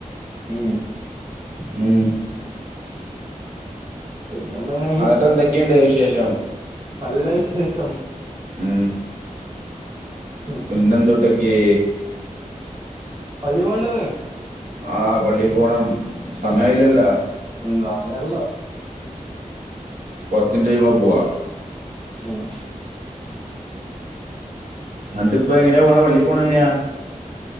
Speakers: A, on the right; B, on the right.
A: ഉം
B: മ്
A: പിന്നെന്താണ്
B: ആന്നീട് എന്തൊക്കെയുണ്ട് വിശേഷം
A: നല്ല വിശേഷം
B: മ്
A: ഉം
B: പിന്നെന്തുട്ടക്കെ
A: പള്ളി പോണ്ടന്ന്
B: ആ പള്ളീ പോണം സമയായിലല്ലോ
A: ഉം സമയായില്ല
B: പത്തിൻറ്റയുമ്പോ പോവാ
A: മ്
B: അത് ഇപ്പങ്ങനെ പോണെ പള്ളി പോണ ങ്ങനെയാ